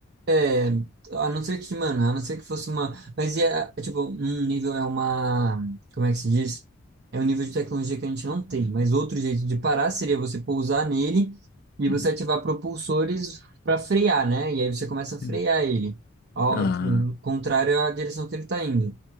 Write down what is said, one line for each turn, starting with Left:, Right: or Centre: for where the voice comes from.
Right: É, a não ser que, mano, a não ser que fosse uma. Mas é, é tipo, um nível é uma. Como é que se diz? É um nível de tecnologia que a gente não tem. Mas outro jeito de parar seria você pousar nele e
Left: Hum,
Right: você ativar propulsores para frear, né? E aí você começa
Left: Sim.
Right: a frear ele, ao,
Left: Ah,
Right: ao contrário à direção que ele está indo.